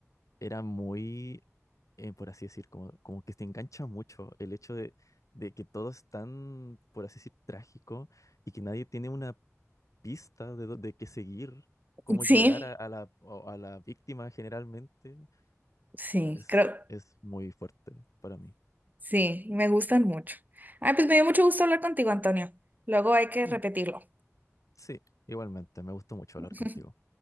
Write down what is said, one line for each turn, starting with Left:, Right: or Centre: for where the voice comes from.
Left: era muy, eh, por así decir, como, como que te engancha mucho el hecho de, de que todo es tan, por así decir, trágico y que nadie tiene una pista de, dó- de qué seguir, cómo
Right: Sí,
Left: llegar a, a la, o- a la víctima generalmente.
Right: sí,
Left: Es,
Right: creo,
Left: es muy fuerte para mí.
Right: sí, me gustan mucho. Ay, pues me dio mucho gusto hablar contigo, Antonio. Luego hay que
Left: Mm,
Right: repetirlo.
Left: Sí, igualmente, me gustó mucho
Right: <laughs>
Left: hablar contigo.